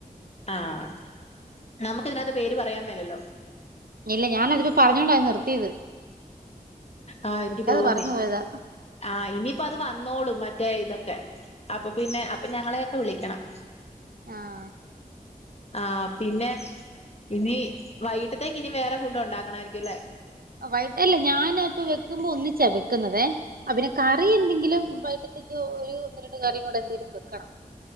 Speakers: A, on the left; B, on the right.
A: ആഹ് നമുക്കിതിന്നാത്ത് പേര് പറയാൻ മേലല്ലോ
B: ഇല്ല ഞാനതില് പറഞ്ഞോണ്ടാ നിർത്തീത്
A: ആ എനിക്ക് തോന്നി
B: പറഞ്ഞു പോയതാ
A: ആ ഇനീ പ്പൊ അത് വന്നോളും മറ്റേ ഇതൊക്കെ അപ്പോ പിന്നെ അപ്പൊ ഞങ്ങളെ <unintelligible> വിളിക്കണം
B: ആഹ്
A: ആഹ് പിന്നെ ഇനി വൈകിട്ടത്തേക്കിനി വേറെ ഫുഡ്‌ ഒണ്ടാക്കണ ആയിരിക്കൂലെ
B: വൈകി അല്ല ഞാന് ഇപ്പോ വെക്കുമ്പോ ഒന്നിച്ചാ വെക്കുന്നതേ ആ പിന്നെ കറി എന്തെങ്കിലും വൈകിട്ടത്തേക്ക് ഒരു ഒന്ന് രണ്ട് കറിയും കൂടേ എന്തേലും വെക്കണം